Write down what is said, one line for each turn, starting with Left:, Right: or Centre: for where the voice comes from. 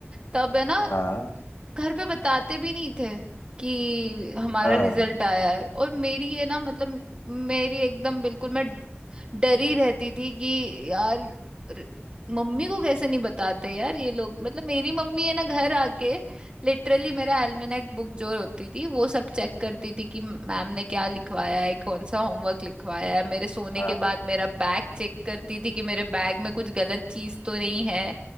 Right: तब है ना
Left: हाँ
Right: घर पे बताते भी नहीं थे कि हमारा
Left: हाँ
Right: रिजल्ट आया है और मेरी ये ना मतलब मेरी एकदम बिल्कुल मैं डरी रहती थी कि यार र- मम्मी को कैसे नहीं बताते यार ये लोग मतलब मेरी मम्मी है ना घर आके लिटरली मेरा एल्मेनाक बुक जो होती थी वो सब चेक करती थी कि मैम ने क्या लिखवाया है कौन सा होमवर्क लिखवाया है मेरे सोने
Left: हाँ
Right: के बाद मेरा बैग चेक करती थी कि मेरे बैग में कुछ गलत चीज तो नहीं है